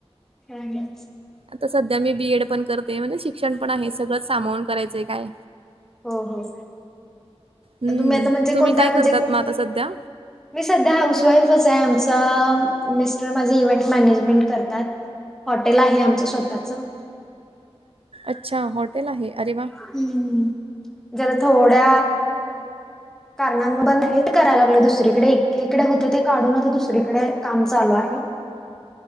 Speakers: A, in the centre; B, on the right (about 65°).
A: छानच!
B: आता सध्या मी बी एड पण करते, म्हणजे शिक्षण पण आहे सगळंच सामावून करायचंय काय.
A: हो हो
B: हं.
A: तुम्ही आता म्हणजे
B: तुम्ही
A: कोणत्या
B: काय
A: म्हणजे
B: करतात
A: कुठ
B: मग आता सध्या?
A: मी सध्या हाऊस वाईफच आहे, आमचा मिस्टर माझे इव्हेंट मॅनेजमेंट करतात. हॉटेल आहे आमचं स्वतःचं.
B: अच्छा, हॉटेल आहे. अरे वा!
A: हम्म, जरा थोड्या कारणानं बंद हेट करायला लागले दुसरीकडे एकीकडे होते ते काढून आता दुसरीकडे काम चालू आहे.